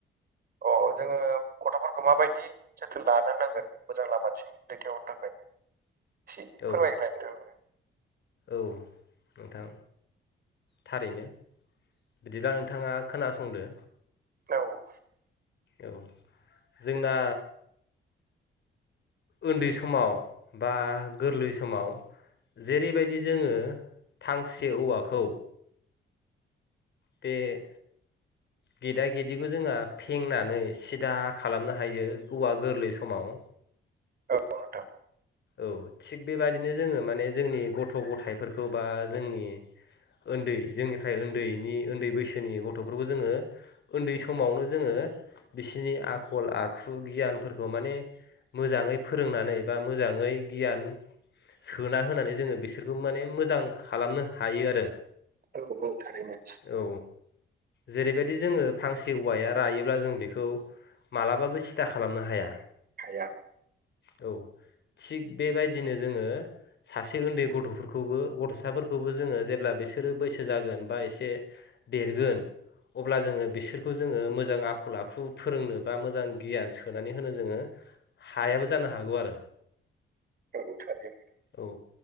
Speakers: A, on the right; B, on the left.
A: अ जोङो गथ' फोरखौ माबायदि जोथोन लानो नांगोन मोजां लामाथिं दैथायहरनो थाखाय एसे
B: औ
A: फोरमायलाय नोंथां नोङो
B: औ नोंथां थारैनो बिदिब्ला नोंथाङा खोनासंदो।
A: औ
B: औ जोंना ओन्दै समाव बा गोरलै समाव जेरैबायदि जोङो फांसे औवाखौ बेे
A: <inaudible>
B: गेदा गेदिखौ जोंहा फेंनानै सिदा खालामनो हायो औवा गोरलै समाव
A: औ नोंथां
B: औ थिग बेबादिनो जोङो माने जोंनि गथ' गथाइफोरखौ बा जोंनि उन्दै जोंनिफ्राय उन्दैनि उन्दै बैसोनि गथ'फोरखौ जोङो उन्दै समावनो जोङो बिसोरनि आखल आखु गियानफोरखौ माने मोजाङै फोरोंनानै बा मोजाङै गियान सोना होनानै जोङो बिसोरखौ माने मोजां खालामनो हायो आरो।
A: औ औ थारैनो
B: औ जेरैबायदि जोङो फांसे औवाया रायोब्ला जों बेखौ मालाबाबो सिदा खालामनो हाया।
A: हाया <unintelligible>
B: औ थिग बेबायदिनो जोङो सासे उन्दै गथ'फोरखौबो गथ'साफोरखौबो जोङो जेब्ला बिसोरो बैसो जागोन बा एसे देरगोन अब्ला जोङो बिसोरखौ जोङो मोजां आखल आखु फोरोंनो बा मोजां गियान सोनानै होनो जोङो हायाबो जानो हागौ आरो।
A: औ थारैनो
B: औ